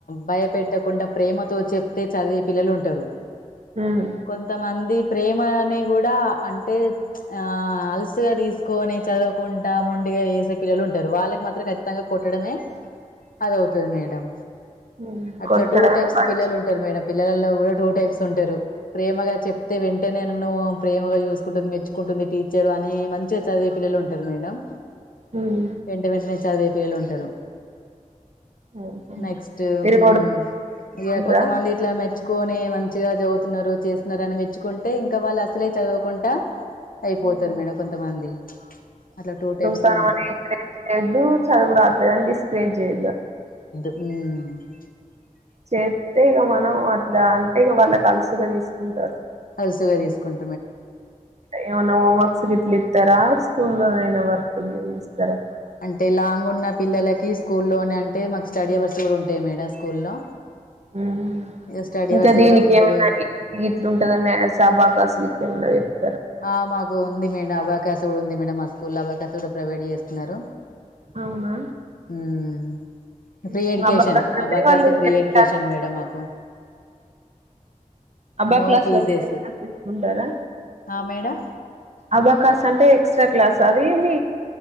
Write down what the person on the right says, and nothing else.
ఉమ్
ఉమ్,
కొట్టడమే
పనిష్
ఉమ్
ఓహో
మీరు
కొడుతూ
ఉంటారా
ఉమ్,
చదువుతానవని
ఎంకరేజ్యద్దు చదువు రావట్లేదు అని డిస్కరేజ్ చేయొద్దు
చేస్తే ఇగ మనం అట్లా అంటే ఇగ వాళ్ళు అట అలుసుగా తీసుకుంటారు
ఏమాన్న హోమ్ వర్క్ గిట్ల ఇస్తారా స్కూలోనైనా వర్క్ మీరిస్తారా
ఉమ్
ఇంకా
దీనికి
ఏమన్నా
గీట్ల ఉంటదా మేడం స్ అబకాస్ డే ఏముండదెం
అవునా
హుహు.
అబాకస్ అంటే
వాళ్ళు ఎన్ని
క్లాసెస్
అబక్లస్
<unintelligible> తిసుకుంటారా
అబకాస్ అంటే ఎక్స్ట్రా క్లాస అది మీ